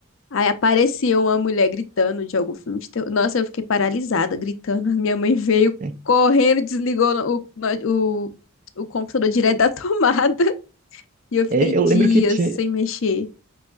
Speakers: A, on the left; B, on the right.
A: Aí aparecia uma mulher gritando de algum filme de terror. Nossa, eu fiquei paralisada, gritando. Minha mãe veio
B: né?
A: correndo, desligou o, o, o computador direto da <laughs> tomada. E eu fiquei
B: É, eu
A: dias
B: lembro que tinha,
A: sem mexer.